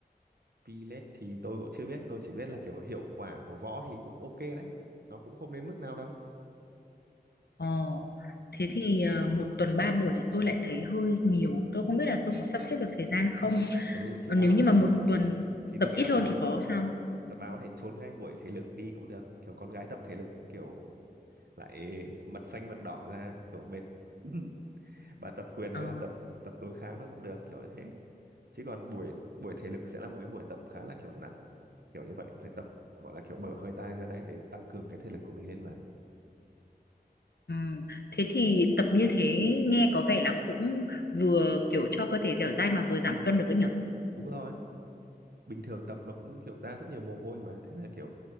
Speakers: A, on the right; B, on the left.
A: Pilet thì tôi cũng chưa biết tôi chỉ biết là kiểu hiệu quả của võ thì cũng ok đấy nó cũng không đến mức nào đâu
B: ồ thế thì ờ, một tuần ba buổi thì tôi lại thấy hơi nhiều tôi không biết là tôi có sắp xếp được thời gian không
A: ừ thì
B: Ờ,
A: bà
B: nếu
A: có
B: như
A: thể
B: mà một tuần
A: thì
B: tập
A: tôi nghĩ
B: ít
A: là bà
B: hơn thì có sao
A: bà có thể trốn ngay buổi thể lực đi cũng được kiểu con gái tập thể lực kiểu lại mật xanh mật đỏ ra kiểu mệt <laughs> bà tập quyền
B: Ờ,
A: với cả tập tập đối kháng nó cũng được kiểu như thế chứ còn buổi buổi thể lực sẽ là một cái buổi tập khá là kiểu nặng kiểu như vậy phải tập gọi là kiểu bở hơi tai ra đấy để tăng cường cái thể lực của mình lên mà
B: ừm. Thế thì tập như thế nghe có vẻ là cũng vừa kiểu cho cơ thể dẻo dai mà vừa giảm cân được ấy nhở?
A: đúng rồi bình thường tập nó cũng kiểu ra rất nhiều mồ hôi mà thế là kiểu